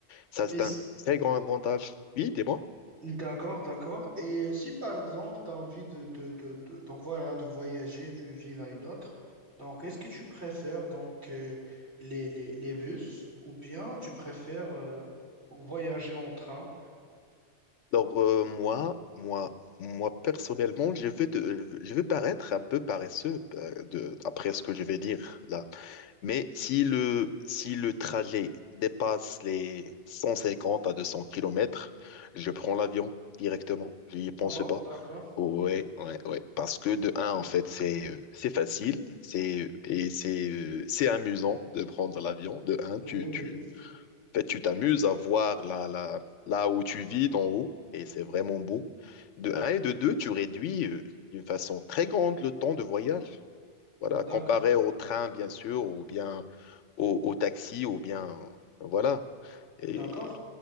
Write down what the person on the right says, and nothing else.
Et s-
d'accord, d'accord. Et euh, si par exemple, tu as envie de, de, de, de- donc voilà, de voyager d'une ville à une autre, donc est-ce que tu préfères donc euh, les, les, les bus ou bien tu préfères euh, voyager en train?
Ah bon,
d'accord.
Oui,
oui,
d'accord,
d'accord.